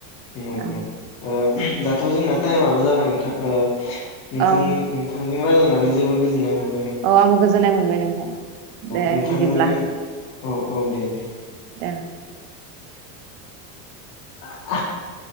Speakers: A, on the left; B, on the right.
A: नंगौ
B: औ
A: नंग ओ
B: औ
A: दाथ' जोंना टाइमाबो जाबाय नोंथां ओ नोंथां
B: औ
A: नोंथां जों रायलायनानै जोबोर गोजोन्नाय मोनदों।
B: अ आंबो गोजोननाय मोनबाय नोंथां दे
A: नोंथांजों
B: बिदिब्ला
A: अ औ दे दे
B: दे <inaudible>
A: <inaudible>